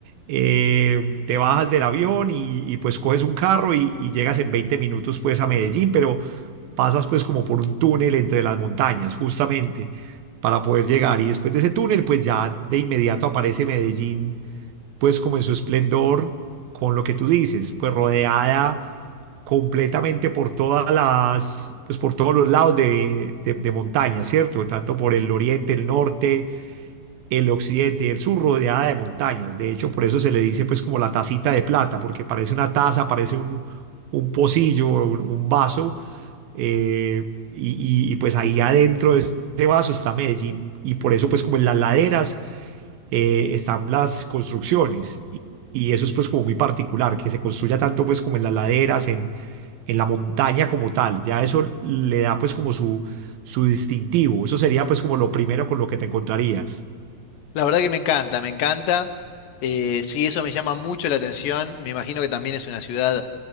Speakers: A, on the right (about 80°); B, on the left (about 75°).
A: eh, te bajas del avión y, y, pues coges un carro y, y llegas en 20 minutos pues a Medellín, pero pasas pues como por un túnel entre las montañas justamente para poder llegar. Y después de ese túnel pues ya de inmediato aparece Medellín pues como en su esplendor con lo que tú dices, pues rodeada completamente por todas las, pues por todos los lados de, de, de montaña, ¿cierto? Tanto por el oriente, el norte, el occidente y el sur, rodeada de montañas. De hecho, por eso se le dice pues como la tacita de plata, porque parece una taza, parece un, un pocillo, un, un vaso, eh, y, y- y, pues ahí adentro de ese vaso está Medellín. Y por eso pues como en las laderas eh, están las construcciones. Y, y eso es pues como muy particular, que se construya tanto pues como en las laderas, en en la montaña como tal. Ya eso le da pues como su, su distintivo. Eso sería pues como lo primero con lo que te encontrarías.
B: La verdad que me encanta, me encanta. Eh, sí, eso me llama mucho la atención. Me imagino que también es una ciudad